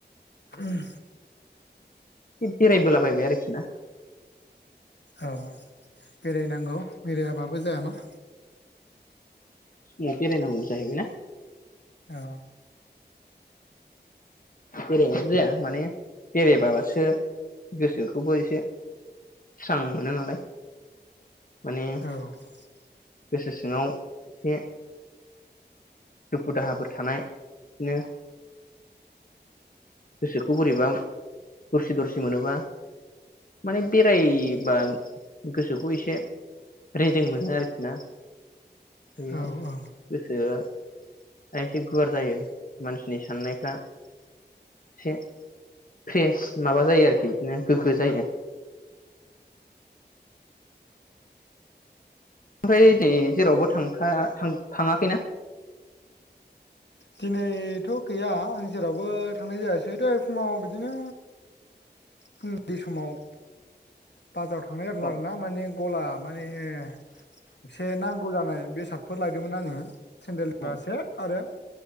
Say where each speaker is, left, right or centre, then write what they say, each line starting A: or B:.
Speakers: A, on the left; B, on the left.
A: उम
B: बेरायबोलाबायबाय आरोखि ना
A: औ बेरायनांगौ बेरायाबाबो जायाना
B: ऊम बेरायनांगौ जाहैबायना
A: औ
B: बेरायाबाबो जाया माने बेरायबासो गोसोखौबो एसे स्रां मोनो नालाय
A: औ
B: माने गोसो सिङाव एसे दुखु दाहाफोर थानाय बिदिनो गोसोखौ बोरैबा दरसि दरसि मोनोबा माने बेरायबा गोसोखौ एसे रेजें मोनो आरोखि ना बे
A: औ औ
B: गोसो द एसे गुवार जायो मानसि नि साननायफ्रा एसे फ्रेस माबा जायो आरोखि बिदिनो गोग्गो जायो ओमफ्राय दि जेरावबो थां था थाङाखैना
A: दिनैथ' गैया आं जेरावबो थांनाय जायासै दहाय फुङाव बिदिनो फुंनि समाव बाजाराव थांनाय जागोन
B: औ
A: आरो ना माने गला माने एसे नांगौ जानाय बे सारटफोर लायदोंमोन आङो सेन्देलफ्रासो
B: औ
A: आरो